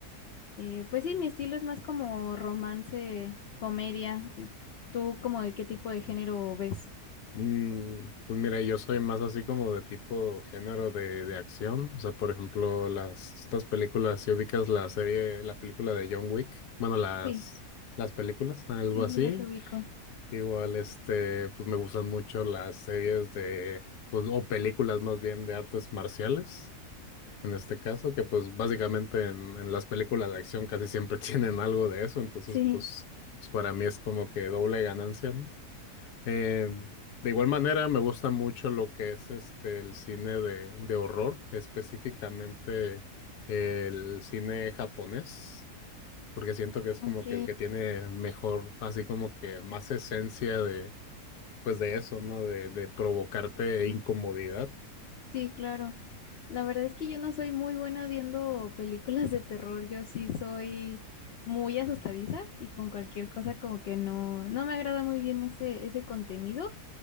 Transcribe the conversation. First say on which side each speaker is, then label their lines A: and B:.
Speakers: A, on the left (about 65°); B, on the left (about 90°).
A: Eh, pues sí, mi estilo es más como romance, comedia. ¿Tú como de qué tipo de género ves?
B: Mm, Pues mira, yo soy más así como de tipo género de, de acción. O sea, por ejemplo, las estas películas, si ubicas la serie, la película de John Wick, bueno, las,
A: Sí.
B: las películas, algo
A: Sí,
B: así.
A: sí, las ubico.
B: Igual, este, pues me gustan mucho las series de, pues, o películas más bien de artes marciales, en este caso, que pues básicamente en, en las películas de acción casi siempre <laughs> tienen algo de eso. Entonces,
A: Sí,
B: pues, pues para mí es como que doble ganancia, ¿no? Eh, de igual manera, me gusta mucho lo que es este el cine de, de horror, específicamente el cine japonés, porque siento que es
A: ok.
B: como que el que tiene mejor, así como que más esencia de, pues de eso, ¿no? De, de provocarte incomodidad.
A: Sí, claro. La verdad es que yo no soy muy buena viendo películas de terror. Yo sí soy muy asustadiza y con cualquier cosa como que no, no me agrada muy bien ese, ese contenido,